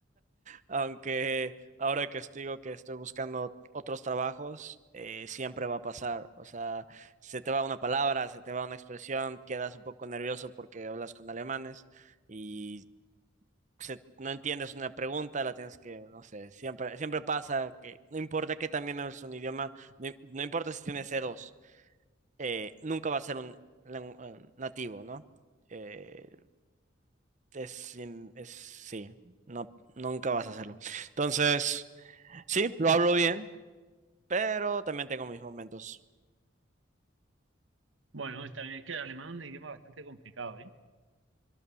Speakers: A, on the right; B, on the right.
A: Aunque ahora que estoy, digo que estoy buscando otros trabajos, eh, siempre va a pasar. O sea, se te va una palabra, se te va una expresión, quedas un poco nervioso porque hablas con alemanes y se- no entiendes una pregunta, la tienes que, no sé, siempre, siempre pasa que no importa que también es un idioma, no, im- no importa si tienes c dos eh, nunca va a ser un, lengu- eh, nativo, ¿no? Eh, es, in- es- sí, no, nunca vas a hacerlo. Entonces, sí, lo hablo bien, pero también tengo mis momentos.
B: Bueno, está bien, es que el alemán es un idioma bastante complicado, ¿eh?